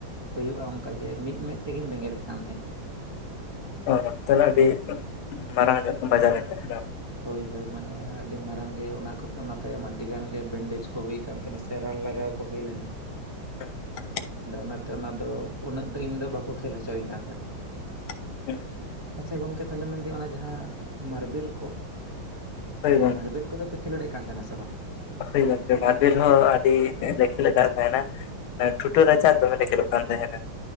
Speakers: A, on the right; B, on the left.
A: ᱦᱩᱭᱩᱜᱼᱟ ᱚᱱᱠᱟ ᱡᱮ ᱢᱤᱫ ᱢᱮᱫ ᱛᱮᱜᱮᱧ ᱵᱮᱸᱜᱮᱫ ᱮᱫ ᱠᱟᱱ ᱛᱟᱦᱮᱱᱟ᱾
B: ᱚ ᱛᱟᱦᱚᱞᱮ ᱟᱹᱰᱤ ᱢᱟᱨᱟᱝ ᱧᱚᱜ ᱵᱟᱡᱟ ᱞᱮᱱ ᱛᱟᱦᱮᱱᱟᱢ᱾
A: ᱦᱳᱭ-ᱦᱳᱭ ᱢᱟᱱᱮ ᱟᱹᱰᱤ ᱢᱟᱨᱟᱝ ᱜᱮ ᱚᱱᱟ ᱠᱚ ᱛᱮ ᱚᱱᱟ ᱛᱟᱭᱚᱢ ᱟᱹᱰᱤ ᱜᱟᱱ ᱜᱮ ᱵᱮᱱᱰᱮᱡᱽ ᱠᱚ ᱦᱩᱭ ᱟᱠᱟᱱ ᱛᱟᱱᱟ ᱥᱮ᱾ ᱥᱮ ᱨᱟᱱ ᱞᱟᱜᱟᱣ ᱠᱚ ᱦᱩᱭ ᱞᱮᱱᱟ᱾
B: <inaudible>
A: ᱟᱫᱚ ᱚᱱᱟᱛᱮ ᱚᱱᱟ ᱫᱚ ᱩᱱᱟᱹᱜ ᱫᱚ ᱤᱧ ᱫᱚ ᱵᱟᱠᱚ ᱠᱷᱮᱞ ᱦᱚᱪᱚᱤᱧ ᱠᱟᱱ ᱛᱟᱦᱮᱱᱟ᱾
B: <inaudible>
A: ᱟᱪᱪᱷᱟ ᱜᱚᱝᱠᱮ ᱛᱟᱦᱚᱞᱮ ᱢᱮᱱᱫᱟᱹᱧ ᱚᱱᱟ ᱡᱟᱦᱟᱸ ᱢᱟᱨᱵᱮᱞ ᱠᱚ,
B: ᱦᱳᱭ
A: ᱢᱟᱨᱵᱮᱞ ᱠᱚᱫᱚ ᱯᱮ ᱠᱷᱮᱞᱳᱰᱮᱫ ᱠᱟᱱ ᱛᱟᱦᱮᱱᱟ ᱥᱮ ᱵᱟᱝᱟ?
B: ᱦᱚᱭ ᱜᱚᱝᱠᱮ ᱢᱟᱨᱵᱮᱞ ᱦᱚᱸ ᱟᱹᱰᱤ ᱞᱮ ᱠᱷᱮᱞ ᱟᱠᱟᱫ ᱛᱟᱦᱮᱱᱟ᱾ ᱦᱮᱸ ᱴᱷᱩᱴᱟᱹ ᱨᱟᱪᱟ ᱫᱚᱢᱮ ᱞᱮ ᱠᱷᱮᱞᱳᱜ ᱠᱟᱱ ᱛᱟᱦᱮᱱᱟ᱾